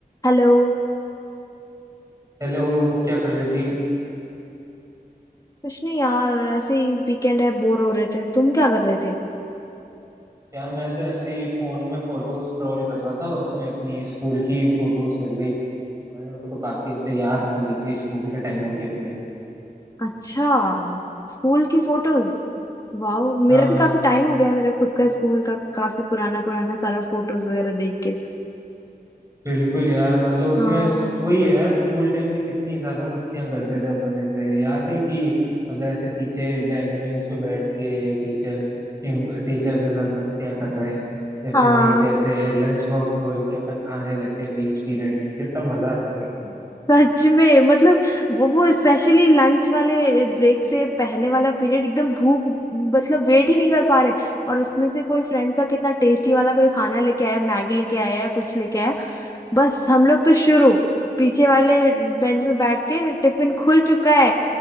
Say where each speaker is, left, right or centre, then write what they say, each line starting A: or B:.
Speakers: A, on the left; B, on the right.
A: Hello
B: हेलो क्या कर रही थी
A: कुछ नहीं यार ऐसे ही वीकेंड है बोर हो रहे थे तुम क्या कर रहे थे
B: यार मैं तो ऐसे ही फोन में फोटो स्क्रॉल कर रहा था उसमें अपनी स्कूल की फोटोज मिल गई यार, मेरे को तो काफी ऐसे याद आने लग गई स्कूल के टाइम की अपने
A: अच्छा स्कूल की फोटोज वाह मेरा
B: हाँ
A: भी काफी टाइम हो गया है, मेरा खुद का स्कूल का काफी पुराना पुराना सारा फोटोज वगैरह देख के
B: बिल्कुल यार मतलब उसमें
A: हाँ
B: उस वही है यार स्कूल टाइम में कितनी ज्यादा मस्तियां करते थे अपन ऐसे याद है कि मतलब ऐसे पीछे बैक बेंच पे बैठ के टीचर्स की टीचर्स के साथ मस्तियां कर रहे हैं या
A: हाँ
B: फिर वहीं पे ऐसे लंच बॉक्स खोल के अपन खाने लग गए बीच पीरियड में कितना मजा आता था उस दिन
A: सच में मतलब वो वो स्पेशली लंच वाले ब्रेक से पहले वाला पीरियड एकदम भूख मतलब वेट ही नहीं कर पा रहे और उसमें से कोई फ्रेंड का कितना टेस्टी वाला कोई खाना लेके आया मैगी लेके आया या कुछ लेके आया बस हम लोग तो शुरू पीछे वाले बेंच में बैठ के टिफिन खुल चुका है